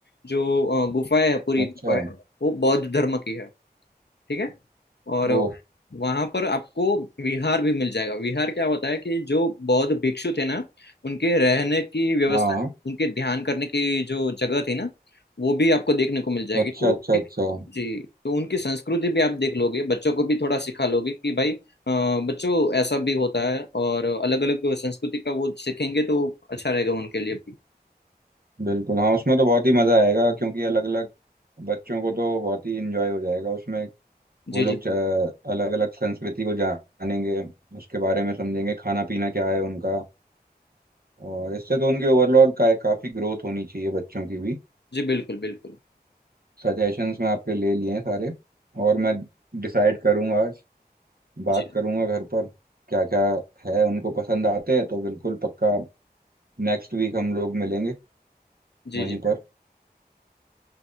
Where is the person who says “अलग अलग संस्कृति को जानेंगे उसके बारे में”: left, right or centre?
Right